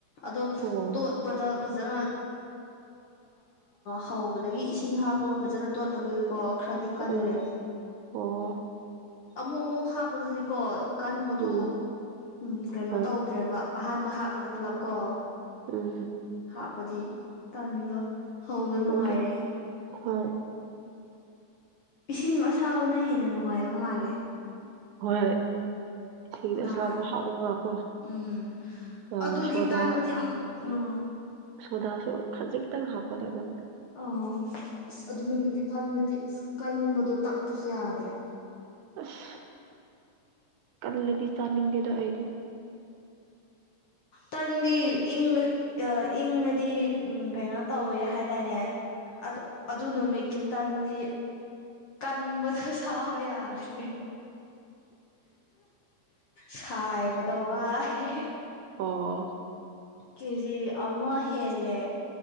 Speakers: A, on the left; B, on the right.
A: ꯑꯗꯣ
B: ꯑꯣ
A: ꯇꯣꯄꯗ ꯐꯖꯅ ꯍꯧꯕꯗꯒꯤ ꯏꯁꯤꯡ ꯍꯥꯞꯄꯒ ꯐꯖꯅ ꯇꯣꯠꯇꯕꯒꯤꯀꯣ ꯈꯔꯗꯤ ꯀꯜꯂꯦ
B: ꯑꯣ ꯑꯣ
A: ꯑꯃꯨꯛ ꯑꯃꯨꯛ ꯍꯥꯞꯄꯗꯗꯤꯀꯣ ꯀꯟꯕꯗꯣ
B: ꯎꯝ
A: ꯎꯝ ꯀꯩꯅꯣ
B: ꯍꯣꯏ
A: ꯇꯧꯗ꯭ꯔꯦꯕ ꯑꯍꯥꯟꯕ ꯍꯥꯞꯄꯗ ꯄꯨꯂꯞꯀꯣ
B: ꯎꯝ
A: ꯍꯥꯞꯄꯗꯤ ꯇꯟꯗꯣ ꯍꯧꯕ ꯅꯨꯡꯉꯥꯏꯔꯦ
B: ꯎꯝ ꯍꯣꯏ
A: ꯏꯁꯤꯡ ꯑꯁꯥꯕꯅ ꯍꯦꯟꯅ ꯅꯨꯡꯉꯥꯏꯕ ꯃꯥꯜꯂꯦ
B: ꯍꯣꯏ ꯏꯁꯤꯡ
A: ꯅꯍꯥ
B: ꯑꯁꯥꯕ ꯍꯥꯞꯂꯒꯀꯣ
A: ꯎꯝ
B: ꯑ
A: ꯑꯗꯨꯗꯣ
B: ꯁꯣꯗꯥ
A: ꯒꯤꯤꯇꯥ ꯅ ꯑ ꯑꯥ
B: ꯁꯣꯗꯥꯁꯨ ꯈꯖꯤꯛꯇꯪ ꯍꯥꯞꯀꯗꯕ
A: ꯑꯣ ꯑꯁ ꯑꯗꯨ ꯅꯨꯃꯤꯠꯀꯤ ꯇꯟꯗꯗꯤ ꯑꯁ ꯀꯟꯕꯗꯣ ꯇꯛꯄꯁꯨ ꯌꯥꯗ꯭ꯔꯦ
B: ꯑꯁ ꯀꯜꯂꯗꯤ ꯆꯥꯅꯤꯡꯗꯦꯗꯣ ꯑꯩꯗꯤ <inaudible>
A: ꯇꯪꯗꯤ ꯏꯪ ꯏꯪꯉꯗꯤ ꯎꯝ ꯀꯩꯅꯣ ꯇꯧꯋꯦ ꯍꯥꯏꯇꯥꯔꯅꯦ ꯑ ꯑꯗꯨ ꯑꯗꯨꯅꯃꯤꯀꯤ ꯇꯗꯤ ꯅꯝꯕꯗꯨ ꯁꯦ ꯍꯥꯏ꯭ꯔꯦ ꯁꯥꯏꯕꯗ ꯋꯥꯔꯦ
B: ꯑꯣ
A: ꯀꯦꯖꯤ ꯑꯃ ꯍꯦꯜꯂꯦ